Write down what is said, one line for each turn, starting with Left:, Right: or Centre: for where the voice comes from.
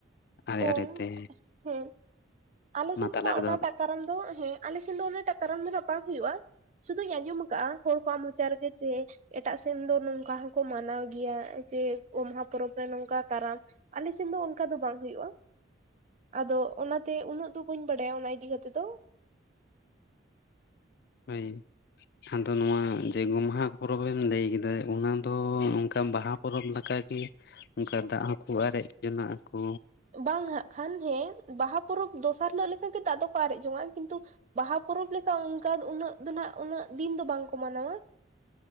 Left: ᱟᱲᱮ
Right: ᱚ,
Left: ᱟᱲᱮᱛᱮ
Right: ᱦᱮᱸ᱾ ᱟᱞᱮ
Left: ᱚᱱᱟ
Right: ᱥᱮᱱ
Left: ᱛᱟᱞᱟ
Right: ᱫᱚ ᱱᱟᱦᱟᱜ
Left: ᱨᱮᱫᱚ
Right: ᱚᱱᱟᱴᱟᱜ ᱠᱟᱨᱟᱢ ᱫᱚ ᱦᱮᱸ ᱟᱞᱮ ᱥᱮᱱ ᱫᱚ ᱚᱱᱟᱴᱟᱜ ᱠᱟᱨᱟᱢ ᱫᱚ ᱱᱟᱦᱟᱜ ᱵᱟᱝ ᱦᱩᱭᱩᱜᱼᱟ᱾ ᱥᱩᱫᱩᱧ ᱟᱸᱡᱚᱢ ᱟᱠᱟᱫᱼᱟ ᱦᱚᱲ ᱠᱚᱣᱟᱜ ᱢᱚᱪᱟ ᱨᱮᱜᱮ ᱡᱮ ᱮᱴᱟᱜ ᱥᱮᱱ ᱫᱚ ᱱᱚᱝᱠᱟ ᱦᱚᱸᱠᱚ ᱢᱟᱱᱟᱣ ᱜᱮᱭᱟ ᱡᱮ ᱚᱢᱦᱟ ᱯᱚᱨᱚᱵᱽ ᱨᱮ ᱱᱚᱝᱠᱟ ᱠᱟᱨᱟᱢ᱾ ᱟᱞᱮ ᱥᱮᱱ ᱫᱚ ᱚᱱᱠᱟ ᱫᱚ ᱵᱟᱝ ᱦᱩᱭᱩᱜᱼᱟ ᱟᱫᱚ ᱚᱱᱟ ᱛᱮ ᱩᱱᱟᱹᱜ ᱫᱚ ᱵᱟᱹᱧ ᱵᱟᱰᱟᱭᱟ ᱚᱱᱟ ᱤᱫᱤ ᱠᱟᱛᱮ ᱫᱚ᱾
Left: ᱦᱳᱭ᱾ ᱟᱫᱚ ᱱᱚᱣᱟ ᱡᱮ ᱜᱚᱢᱦᱟ ᱯᱚᱨᱚᱵᱽᱮᱢ ᱞᱟᱹᱭ ᱠᱮᱫᱟ ᱚᱱᱟ ᱫᱚ ᱱᱚᱝᱠᱟ ᱵᱟᱦᱟ ᱯᱚᱨᱚᱵᱽ ᱞᱮᱠᱟᱜᱮ ᱚᱱᱠᱟ ᱫᱟᱜ ᱦᱚᱸᱠᱚ ᱟᱨᱮᱡ ᱡᱚᱱᱟᱜ ᱟᱠᱚ?
Right: ᱵᱟᱝ ᱦᱟᱸᱜ ᱠᱷᱟᱱ ᱦᱮᱸ ᱵᱟᱦᱟ ᱯᱚᱨᱚᱵᱽ ᱫᱚᱥᱟᱨ ᱦᱤᱞᱳ ᱞᱮᱼᱼ ᱜᱮ ᱫᱟᱜ ᱫᱚᱠᱚ ᱟᱨᱮᱡ ᱡᱚᱝᱼᱟ ᱠᱤᱱᱛᱩ ᱵᱟᱦᱟ ᱯᱚᱨᱚᱵᱽ ᱞᱮᱠᱟ ᱚᱱᱠᱟ ᱫᱚ ᱩᱱᱟᱹᱜ ᱫᱚ ᱱᱟᱦᱟᱜ ᱩᱱᱟᱹᱜ ᱫᱤᱱ ᱫᱚ ᱵᱟᱝᱠᱚ ᱢᱟᱱᱟᱣᱟ᱾